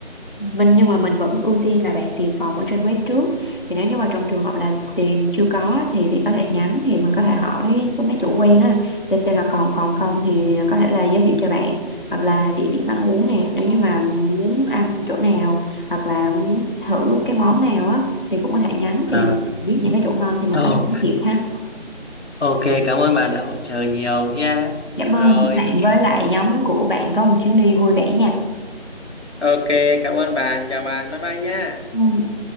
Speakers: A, on the left; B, on the left.
A: mình nhưng mà mình vẫn ưu tiên là bạn tìm phòng ở trên web trước thì nếu như mà trong trường hợp là tìm chưa có thì thì có thể nhắn thì mình có thể hỏi số mấy chủ quen á xem xem là còn phòng không thì có thể là giới thiệu cho bạn hoặc là địa điểm ăn uống nè nếu như mà muốn ăn chỗ nào hoặc là muốn thử cái món nào á thì cũng có thể nhắn
B: À,
A: thì biết những cái chỗ ngon thì mình
B: ờ,
A: có thể giới thiệu ha
B: ok, cảm ơn bạn đã hỗ trợ nhiều nha.
A: Cảm
B: Rồi.
A: ơn các bạn với lại nhóm của bạn có một chuyến đi vui vẻ nha.
B: Ok, cảm ơn bạn. Chào bạn. Bye bye nha.
A: Ừ.